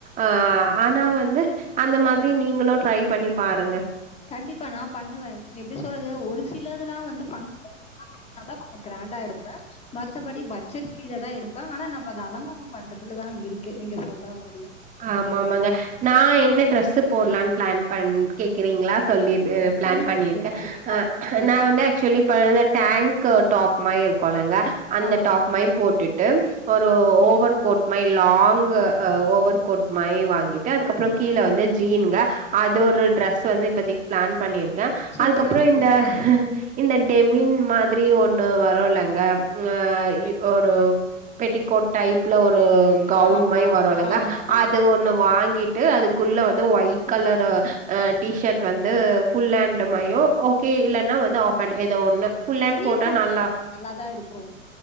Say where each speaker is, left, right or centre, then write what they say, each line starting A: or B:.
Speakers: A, on the right; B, on the left.
A: ஆஹ் ஆனா வந்து அந்த மாதிரி நீங்களு ட்ரை பண்ணி பாருங்க
B: கண்டிப்பா நா பண்ணுவே எப்டி சொல்றது ஒரு சிலதெல்லா வந்து பங் <inaudible> அப்டின்னா தா கொஞ்ச கிராண்டா எடுப்பே மத்தபடி பட்ஜட் கீழதா எடுப்பே ஆனா நம்ப அது அலங்காரம் பண்றத்துலதா இருக்கு நீங்க சொல்ற மாரியா
A: ஆமாமாங்க நான் என்ன டிரெஸ் போட்லான்னு பிளான் பண் கேக்குறீங்களா சொல்லி
B: ஆ
A: பிளான்
B: சொல்லுங்க
A: பண்ணியிருக்கே
B: சிஸ்டர் கண்டிப்பா நானும் தெரிஞ்சுக்கிறேன்.
A: நான் வந்து ஆக்சுவலி ப அந்த டேங்க் <inaudible> டாப் மாயி இருக்கும்லங்க அந்த
B: ஆமா.
A: டாப் மாயி போட்டு <inaudible> ஒரு over coat my long over coat மாயி வாங்கிட்டு அதுக்கப்பறம்
B: வா
A: கீழ வந்து ஜீனுங்க அது ஒரு ட்ரெஸ் வந்து இப்பத்தி பிளான் பண்ணிரு <inaudible>
B: சூப்பரா
A: அதுக்கப்பறம்
B: இருக்கும்.
A: இந்த இந்த டெமின் மாரி ஒண்ணு வரலங்க அ ஒரு பெட்டிகோட் டைப்ல ஒரு கவுன்
B: ஆமா,
A: மாரி வரும்லங்க
B: ஆமா.
A: அது ஒண்ணு வாங்கி கிட்டு அதுக்குள்ள வந்து ஒயிட் கலர் டி ஷர்ட் வந்து ஃபுல் ஹாண்ட் மாயி ஓகே இலன்னா வந்து ஆப் ஹாண்ட் ஏதோ ஒண்ணு ஃபுல் ஹேண்ட்
B: ஸ்லீவ்
A: போட்டா
B: போட்டுக்கோங்க
A: நல்லா
B: நல்லாதான் இருக்கும்